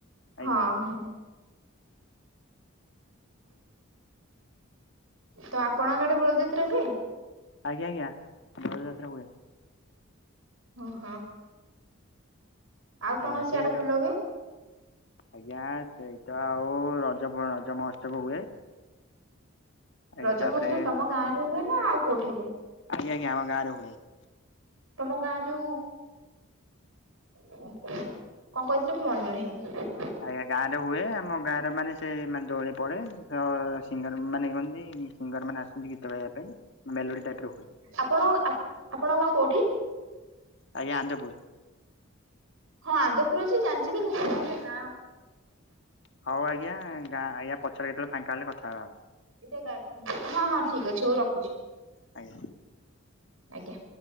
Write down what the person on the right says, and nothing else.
ହଁ, ହଁ। ତ ଆପଣଙ୍କ ଆଡ଼େ ବଳ ଯାତ୍ରା ହୁଏ।
<inaudible> ଆଉ କ'ଣ
ସିଆଡ଼େ
ଭଲ ହୁଏ?
ରଜ
ମହୋତ୍ସବ ତମ ଗାଁ ରେ ହୁଏ, ନା ଆଉ କଉଠି ହୁଏ?
ତମ ଗାଁ ଯଉ <inaudible>
ଆପଣ ଆପଣଙ୍କ ଗାଁ କଉଠି?
ହଁ! ଆନ୍ଦ ପୁର ଯେ ଜାଣ୍ଚି ଯେ କିନ୍ତୁ କଉ ଗୋଟେ ଗାଁ।
ଠିକ୍ ଅଛି ହଉ ରଖୁଚି
ଆଜ୍ଞା।